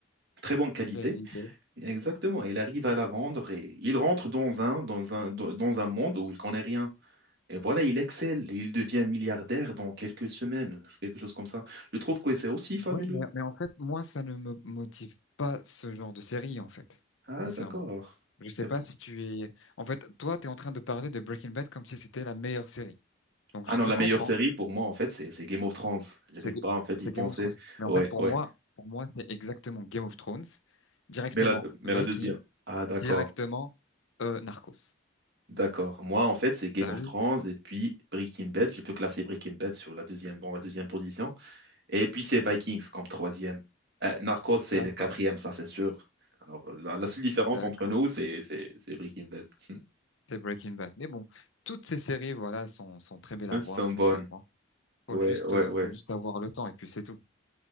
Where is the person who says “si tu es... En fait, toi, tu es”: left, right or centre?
Left